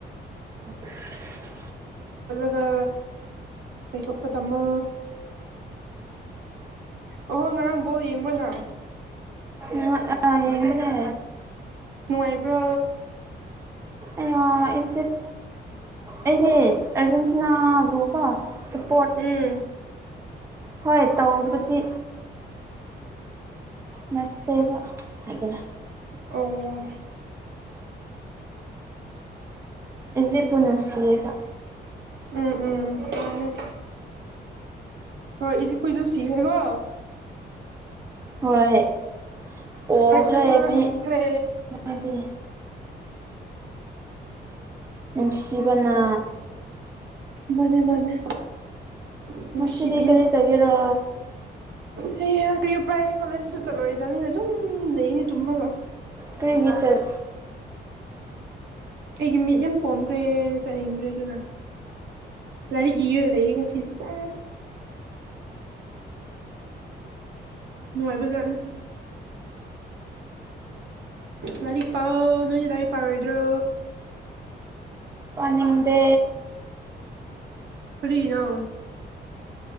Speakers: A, on the right; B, on the right.
A: <inaudible>
B: ꯑꯗꯨꯒ ꯂꯩꯩꯊꯣꯛꯄ ꯇꯝꯃꯣ ꯑꯍꯣꯏ ꯉꯔꯥꯡ ꯕꯣꯜ ꯌꯦꯡꯕ꯭ꯔ ꯅꯪ
A: ꯑꯡ ꯑꯥ ꯌꯦꯡꯕꯅꯦ
B: ꯅꯨꯡꯉꯥꯏꯕ꯭ꯔꯣ
A: ꯑꯩꯌꯥ ꯏꯖꯤꯞ ꯑꯩꯗꯤ ꯑꯔꯖꯦꯟꯇꯤꯅꯥꯕꯨ ꯀꯣ ꯁꯞ ꯄꯣꯠ
B: ꯎꯝ
A: ꯍꯣꯏ ꯇꯧꯕꯗꯤ ꯅꯠꯇꯦꯕ ꯑꯥꯏꯒꯦꯔꯥ
B: ꯑꯣ
A: ꯏꯖꯤꯞꯄꯨ ꯅꯨꯡꯁꯤꯌꯦꯕ
B: ꯎꯝ ꯎꯝ ꯃꯥꯅꯦ ꯍꯣꯏ ꯏꯖꯤꯞ ꯀꯨꯏꯗꯨ ꯁꯤꯈ꯭ꯔꯦꯀꯣ
A: ꯍꯣꯏ ꯄꯣꯈ꯭ꯔꯦ
B: ꯑꯥꯔꯖꯦꯟꯇꯤꯅꯥꯅ
A: ꯃꯤ
B: ꯉꯝꯈ꯭ꯔꯦ
A: ꯃꯣꯏꯗꯤ ꯅꯨꯡꯁꯤꯕꯅ
B: ꯃꯅꯦ ꯃꯅꯦ ꯅꯨꯡꯁꯤꯕꯤꯌꯦ
A: ꯉꯁꯤꯗꯤ ꯀꯔꯤ ꯇꯧꯒꯦꯔꯣ
B: ꯍꯦ ꯍꯥ ꯀꯔꯤ ꯎꯄꯥꯏ ꯀꯣꯂꯦꯖꯁꯨ ꯆꯠꯂꯣꯏꯗꯕꯅꯤꯅ ꯑꯗꯨꯝ ꯂꯩꯅꯤ ꯇꯨꯝꯔꯒ
A: ꯀ꯭ꯔꯤꯒꯤ ꯆꯠ
B: ꯑꯩꯒꯤ ꯃꯤꯠ ꯌꯥꯝ ꯄꯣꯝꯈ꯭ꯔꯦ ꯆꯠꯅꯤꯡꯗ꯭ꯔꯦ ꯑꯗꯨꯅ ꯂꯥꯏꯔꯤꯛ ꯏꯔꯒ ꯂꯩꯒꯦ ꯉꯁꯤꯗꯤ ꯁꯦꯁ ꯅꯨꯡꯉꯥꯏꯕꯖꯥꯠꯅꯤ ꯂꯥꯏꯔꯤꯛ ꯄꯥꯎ ꯅꯣꯏꯗꯤ ꯂꯥꯏꯔꯤꯛ ꯄꯔꯣꯏꯗ꯭ꯔꯣ
A: ꯄꯥꯅꯤꯡꯗꯦ
B: ꯀꯔꯤꯅꯣ